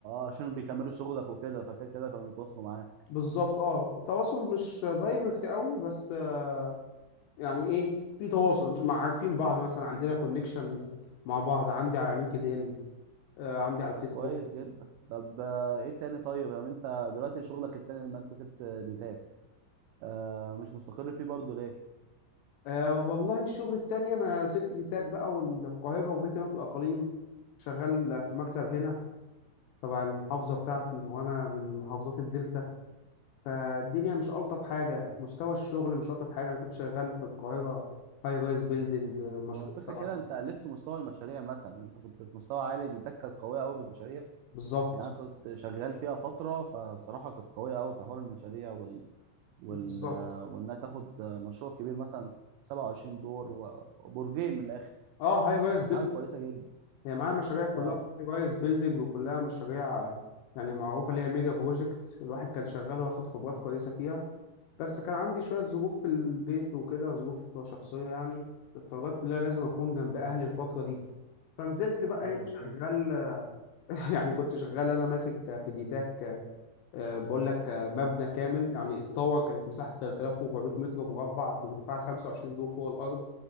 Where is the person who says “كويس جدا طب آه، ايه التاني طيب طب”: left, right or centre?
Right